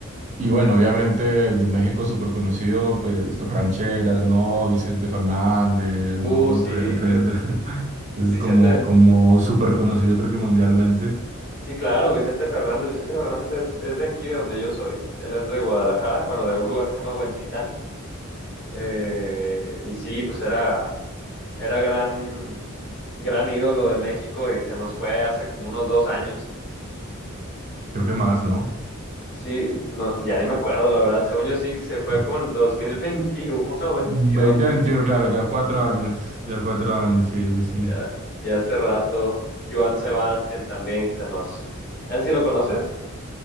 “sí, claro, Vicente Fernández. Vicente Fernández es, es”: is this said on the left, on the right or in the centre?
Left